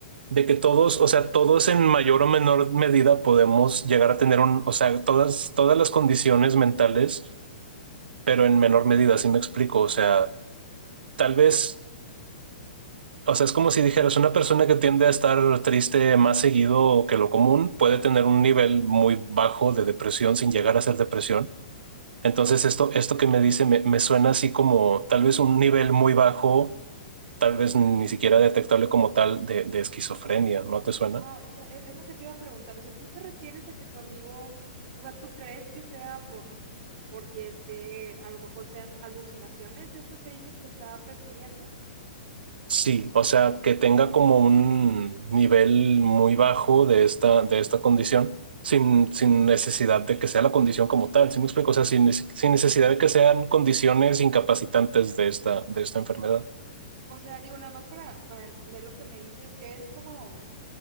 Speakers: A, on the right; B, on the right.
A: de que todos, o sea, todos en mayor o menor medida podemos llegar a tener un, o sea, todas, todas las condiciones mentales, pero en menor medida, si me explico, o sea, tal vez, o sea, es como si dijeras, una persona que tiende a estar triste más seguido que lo común puede tener un nivel muy bajo de depresión sin llegar a ser depresión. Entonces,
B: Ok.
A: esto, esto que me dice me, me suena así como tal vez un nivel muy bajo, tal vez ni siquiera detectable como tal de, de esquizofrenia, ¿no te suena?
B: Ah, o sea, e- es, lo que te iba a preguntar. O sea, ¿tú te refieres a que tu amigo, o sea, ¿tú crees que sea por, porque este a lo mejor sean alucinaciones esto que dices que está percibiendo?
A: Sí, o sea, que tenga como un nivel muy bajo de esta, de esta condición, sin, sin necesidad de que sea la condición como tal, ¿sí me explico? O sea, sin, sin necesidad de que sean condiciones incapacitantes de esta, de esta enfermedad.
B: O sea, digo, nada más para, para entender lo que me dices, es como,